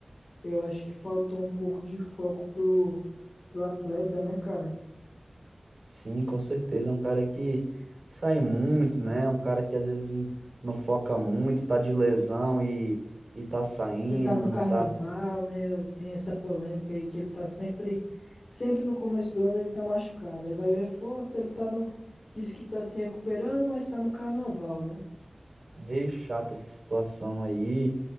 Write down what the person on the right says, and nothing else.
Sim, com certeza, é um cara que sai muito, né? É Um cara que às vezes não foca muito, tá de lesão e e tá saindo,
não tá
meio chata essa situação aí.